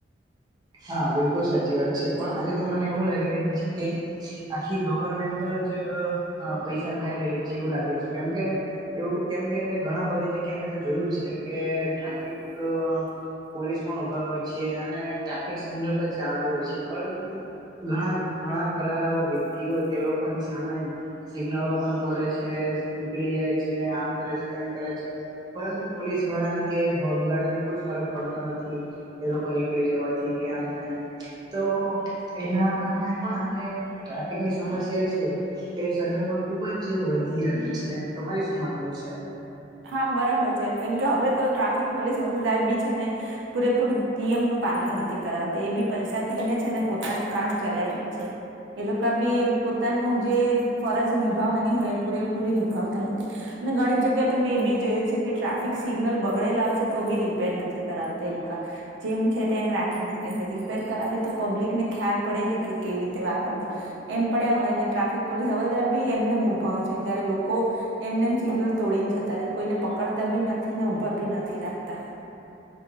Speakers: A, on the right; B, on the right.
A: હા, બિલકુલ સાચી વાત છે. પણ આજે તો મને એવું લાગી રહ્યું છે કે આખી ગવર્મેન્ટ જ અહ પૈસા ખાઈ રહી છે એવું લાગે છે કેમકે એવું કેમ કે ઘણા બધી જગ્યા મેં તો જોયું છે કે ટ્રાફિક અહ પોલીસ પણ ઉભા હોય છે અને ટ્રાફિક સિગ્નલ પણ ચાડુ હોય છે પરંતુ ઘણા ઘણા ખરા વ્યક્તિઓ તે લોકોની સામે સિગ્નલો પણ તોડે છે નીકળી જાય છે આમ કરે છે તેમ કરે છે. પરંતુ પોલીસ વાળાને કે હોમગાર્ડ ને કોઈ ફરક પડતો નથી એ લોકો નીકળી જવા થી કે આમ તેમ તો એના કારણે પણ આજે ટ્રાફિક ની સમસ્યા છે એ શહેરોમાં ખુબ જ વધી રહી છે. તમારે શું માનવું છે?
B: હા, બરાબર છે. કેમકે હવે તો ટ્રાફિક પોલીસ હવલદાર બી છે ને પૂરેપૂરું નિયમ નું પાલન નથી કરાવત એ બી પૈસા ખાઈને છે અનેને પોતાનું કામ ચલાય લે છે. એ લોકો બી પોતાનું જે ફરજ નિભાવવાની હોય પૂરેપૂરી નિભાવતા નથી. અને ઘણી જગ્યા તો મેં એબી જોયું છે કે ટ્રાફિક સિગ્નલ બગડેલા હોય છે તો બી રીપેર નથી કરાવતા એ લોકા. જેમ છે તેમ રાખી મૂકે છે રિપેર કરાવે તો પબ્લિક ને ખ્યાલ પડે ને કે કેવી રીતે વાપરવું. એમ પડ્યા હોય અને ટ્રાફિક પોલીસ હવલદાર બી એમને ઉભા હોય છે જયારે લોકો એમને એમ સિગ્નલ તોડીને જતા કોઈને પકડતા બી નથી ને ઊભા બી નથી રાખતા.